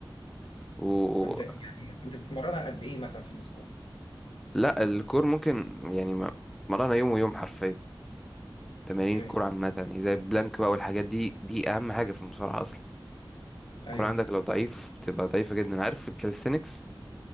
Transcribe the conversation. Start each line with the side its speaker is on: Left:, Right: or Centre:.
Centre: و... و-
Left: كنت يعني كنت بتتمرنها قد ايه مثلا في الاسبوع
Centre: لا الكور ممكن يعني م- مرانا يوم ويوم حرفيا تمارين
Left: اوكي
Centre: الكور عامة يعني زي البلانك بقى والحاجات دي دي اهم حاجة في المصارعة اصلا الكور
Left: ايوه
Centre: عندك لو ضعيف بتبقى ضعيفة جدا عارف الكاليستينكس